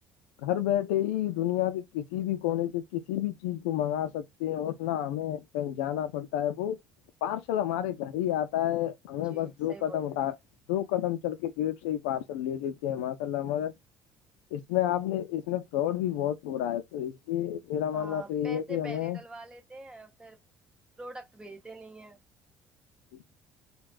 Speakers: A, on the left; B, on the right.
A: گھر بیٹھے ہی دنیا کے کسی بھی کونے سے کسی بھی چیز کو منگا سکتے اورنا ہمیں کہیں جانا پڑتا ہے وہ پارشل ہمارے گھر ہی آتا ہے ہمیں
B: جی
A: بس
B: صحیح
A: دو قدم
B: بول رہے ہیں
A: دو قدم چل کے گیٹ سے ہی پار لے لیتے ہیں ماشاء اللہ مگر اس میں آپ نے اس میں فراڈ بھی بہت برا ہے تو لیے میرا
B: ہاں
A: ماننا تو یہ
B: پیسے
A: ہے کہ ہمیں
B: پہلے ڈلوا لیتے ہیں پھر پروڈکٹ بھیجتے نہیں ہیں
A: جی